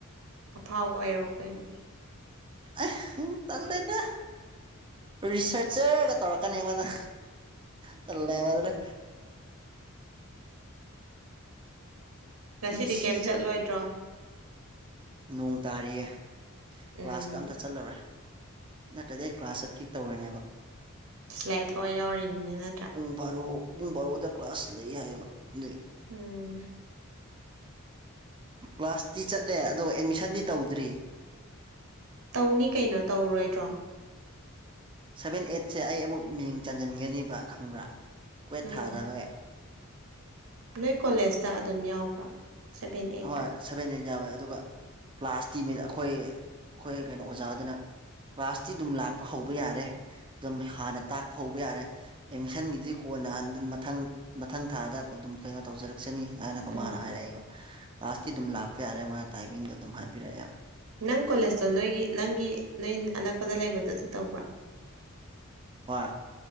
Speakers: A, on the right; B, on the right.
A: ꯑꯐꯥꯎꯕ ꯑꯣꯏꯔꯛꯎ ꯀꯩꯅꯣ
B: ꯑ ꯇꯜꯂꯦꯗ ꯔꯤꯁꯔꯆꯔꯒ ꯇꯧꯔꯛꯀꯅꯤ ꯑꯩꯉꯣꯟꯗꯥ ꯇꯜꯂꯦꯕꯗꯨꯅ
A: ꯉꯁꯤꯗꯤ
B: ꯄꯨꯟꯁꯤꯁꯦ
A: ꯀꯩꯝ ꯆꯠꯂꯣꯏꯗ꯭ꯔꯣ
B: ꯅꯣꯡꯇꯥꯔꯤꯌꯦ ꯀ꯭ꯂꯥꯁꯀ
A: ꯎꯝ
B: ꯑꯝꯇ ꯆꯠꯂꯔꯣꯏ ꯅꯠꯇ꯭ꯔꯗꯤ ꯑꯩ ꯀ꯭ꯂꯥꯁ ꯆꯠꯀꯦ ꯇꯧꯔꯅꯦꯕ
A: ꯂꯥꯏꯔꯤꯛ ꯊꯋꯥꯏ ꯌꯥꯎꯔꯤꯅꯤꯅꯦ ꯅꯠꯇ꯭ꯔꯥ
B: ꯄꯨꯡ ꯕꯥꯔꯣ ꯄꯨꯡ ꯕꯥꯔꯣꯗ ꯀ꯭ꯂꯥꯁ ꯂꯩ ꯍꯥꯏꯌꯦꯕ ꯑꯗꯨ
A: ꯎꯝ
B: ꯀ꯭ꯂꯥꯁꯇꯤ ꯆꯠꯂꯦ ꯑꯗꯣ ꯑꯦꯠꯃꯤꯁꯟꯗꯤ ꯇꯧꯗ꯭ꯔꯤ
A: ꯇꯧꯅꯤ ꯀꯩꯅꯣ ꯇꯧꯔꯣꯏꯗ꯭ꯔꯣ
B: ꯁꯚꯦꯟ ꯑꯩꯠꯁꯦ ꯑꯩ ꯑꯃꯨꯛ ꯃꯤꯡ ꯆꯟꯁꯤꯟꯒꯅꯤꯕ ꯈꯪꯕ꯭ꯔꯥ ꯀ꯭ꯋꯦꯠ
A: ꯎꯝ
B: ꯊꯥꯗꯕꯒꯤ
A: ꯅꯣꯏ ꯀꯣꯂꯦꯖꯇ ꯑꯗꯨꯝ ꯌꯥꯎꯕ꯭ꯔꯥ ꯁꯚꯦꯟ ꯑꯩꯠꯇꯣ
B: ꯍꯣꯏ ꯁꯚꯦꯟ ꯑꯩꯟ ꯌꯥꯎꯋꯦ ꯑꯗꯨꯒ ꯀ꯭ꯂꯥꯁ ꯇꯤꯃꯤꯗ ꯑꯩꯈꯣꯏ ꯑꯩꯈꯣꯏ ꯀꯩꯅꯣ ꯑꯣꯖꯥꯗꯨꯅ ꯀ꯭ꯂꯥꯁꯇꯤ ꯑꯗꯨꯝ ꯂꯥꯛꯄ ꯍꯧꯕ ꯌꯥꯔꯦ ꯑꯗꯨꯝ ꯍꯥꯟꯅ ꯇꯥꯛꯄ ꯍꯧꯕ ꯌꯥꯔꯦ ꯑꯦꯠꯃꯤꯁꯟꯒꯤꯗꯤ ꯀꯣꯟꯅ ꯍꯟ ꯃꯊꯪ ꯃꯊꯪ ꯊꯥꯗ ꯑꯗꯨꯝ ꯀꯩꯅꯣ ꯇꯧꯖꯔꯛꯁꯅꯤ ꯍꯥꯏꯅꯒꯣ
A: ꯎꯝ
B: ꯃꯥꯅ ꯍꯥꯏꯔꯛꯏꯕ ꯐꯥꯁꯇꯤ ꯑꯗꯨꯝ ꯂꯥꯛꯄ ꯌꯥꯔꯦ ꯃꯥꯅ ꯇꯥꯏꯃꯤꯡꯗꯣ ꯑꯗꯨꯝ ꯍꯥꯏꯕꯤꯔꯛꯑꯦꯕ
A: ꯅꯪ ꯀꯣꯂꯦꯖꯇꯣ ꯅꯣꯏꯒꯤ ꯅꯪꯒꯤ ꯅꯣꯏ ꯑꯅꯛꯄꯗ ꯂꯩꯕꯗꯨꯗ ꯇꯧꯕ꯭ꯔꯥ
B: ꯍꯣꯏ